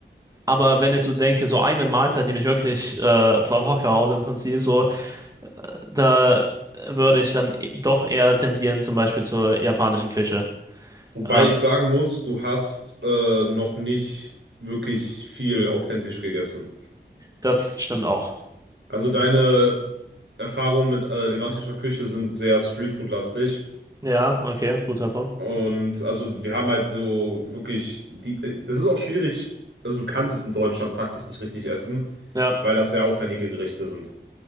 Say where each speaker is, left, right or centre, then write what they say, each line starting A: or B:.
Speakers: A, on the right; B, on the right.
A: aber wenn ich so denke, so eine Mahlzeit, die mich wirklich äh, vom Hocker haut im Prinzip so, da würde ich dann e- doch eher tendieren, zum Beispiel zur japanischen Küche.
B: Wobei
A: Ähm,
B: ich sagen muss, du hast äh, noch nicht wirklich viel authentisch gegessen.
A: das stimmt auch.
B: Also deine Erfahrungen mit äh, levantischer Küche sind sehr Streetfood-lastig.
A: Ja, okay, guter Punkt.
B: Und also wir haben halt so wirklich die, äh, das ist auch schwierig, also du kannst es in Deutschland faktisch nicht richtig essen,
A: Ja.
B: weil das sehr aufwendige Gerichte sind.